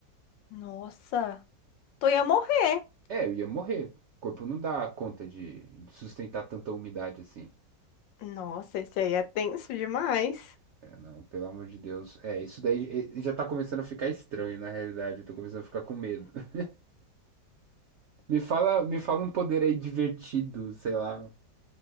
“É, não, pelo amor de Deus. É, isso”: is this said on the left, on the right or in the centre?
Right